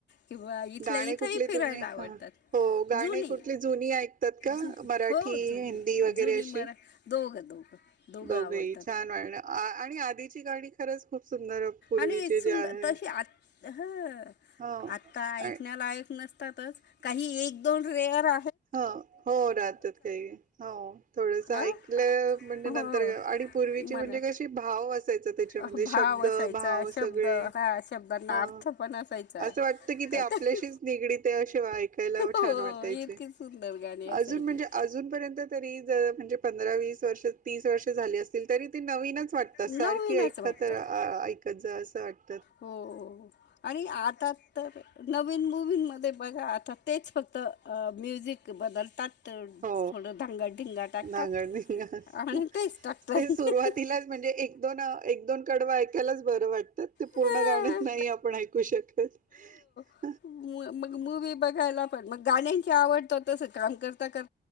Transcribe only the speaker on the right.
गाणे
कुठले
तुम्ही
हां, हो गाणे
कुठली जुनी ऐकतात का?
मराठी,
हिंदी वगैरे
अशी?
दोघेही
छान हाय ना आ आणि आधीची गाणी खरंच खूप सुंदर पूर्वीचे
जे आहे.
हो.
हं हो राहत्यात काय की हो थोडसं
ऐकलं म्हणजे नंतर
गं आणि पूर्वीची
म्हणजे कशी भाव असायचं त्याच्यामध्ये
शब्द
भा हा ओ
सगळे
हां
असं वाटतं की ते
आपल्याशीच निगडित अशे वं ऐकायला ओ
छान वाटायचे.
अजून म्हणजे अजून पर्यंत तरी जर ज म्हणजे पंधरा वीस वर्ष तीस वर्ष झाले असतील तरी ते नवीनच वाटतं
सारखी ऐखत
रां आं आं ऐैक त्यांच असं वाट
हो
ढांगड ढिंगा असतो
तेच सुरुवातीलाच म्हणजे एक दोन अं एक दोन कडवं ऐक त्यालाच बरं वाटतात ते पूर्ण
गाणं नाई आपण ऐकू शक <inaudible>